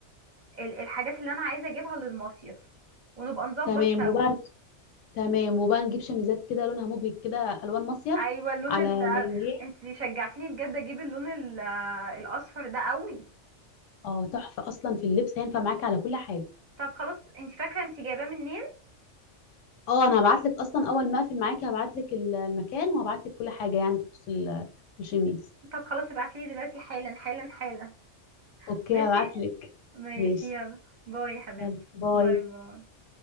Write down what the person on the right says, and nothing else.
ال- الحاجات اللي انا عايزه اجيبها للمصيف ونبقى نظبط
سوا
ايوه اللون
ال
انت شجعتيني بجد اجيب اللون ال- الاصفر ده قوي
طب خلاص انت فاكره انت جايباه منين
طب خلاص ابعتلي دلوقتي حالا حالا حالا
ماشي
ماشي
يلا باي يا حبيبتي
باي باي